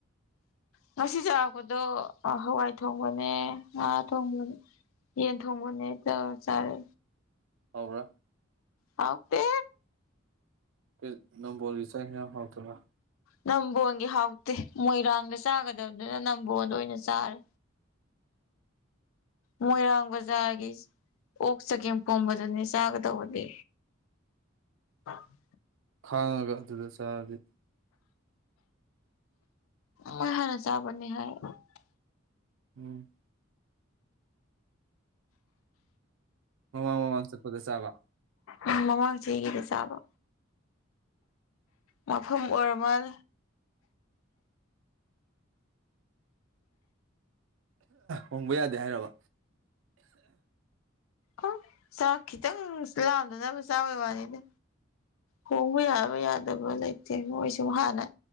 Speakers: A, on the left; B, on the right.
A: ꯉꯁꯤ ꯆꯥꯔꯥꯛꯄꯗꯣ ꯍꯋꯥꯏ ꯊꯣꯡꯕꯅꯦ ꯉꯥ ꯊꯣꯡꯕꯅꯦ ꯌꯦꯟ ꯊꯣꯡꯃꯅꯦ ꯇꯧꯔ ꯆꯥꯔꯦ
B: ꯍꯥꯎꯕ꯭ꯔꯥ
A: ꯍꯥꯎꯇꯦ
B: ꯀ ꯅꯝꯕꯣꯒꯤ ꯆꯥꯛ ꯏꯟꯖꯥꯡ ꯍꯥꯎꯇ꯭ꯔꯕ
A: ꯅꯝꯕꯣꯟꯒꯤ ꯍꯥꯎꯇꯦ ꯃꯣꯏꯔꯥꯡꯗ ꯆꯥꯒꯗꯕꯗꯨꯅ ꯅꯝꯕꯣꯣꯟꯗ ꯑꯣꯏꯅ ꯆꯥꯔꯦ ꯃꯣꯏꯔꯥꯡ ꯕꯖꯥꯔꯒꯤ ꯑꯣꯛ ꯆꯒꯦꯝ ꯄꯣꯝꯕꯗꯨꯅꯦ ꯆꯥꯒꯗꯧꯕꯅꯦ ꯑ <inaudible>
B: ꯈꯥꯡꯉꯒ ꯑꯗꯨꯗ ꯆꯥꯔꯗꯤ
A: ꯃꯣꯏ ꯍꯥꯟꯅ ꯆꯥꯕꯅꯤ ꯍꯥꯏꯕꯕꯨ
B: ꯎꯝ ꯃꯃꯥꯡ ꯃꯃꯥꯡ ꯆꯠꯄꯗ ꯆꯥꯕ
A: ꯎꯝ ꯃꯃꯥꯡ ꯆꯍꯤꯗ ꯆꯥꯕ ꯃꯐꯝ ꯑꯣꯏꯔꯃꯜ
B: ꯍꯣꯡꯕ ꯌꯥꯗꯦ ꯍꯥꯏꯔꯕ
A: ꯑꯣ ꯆꯥꯛ ꯈꯤꯇꯪ ꯂꯥꯝꯗꯅꯕ ꯆꯥꯕꯩ ꯋꯥꯅꯤꯅꯦ ꯍꯣꯡꯕ ꯌꯥꯕ ꯌꯥꯗꯕ ꯂꯩꯇꯦ ꯃꯣꯏꯁꯨ ꯍꯥꯟꯅ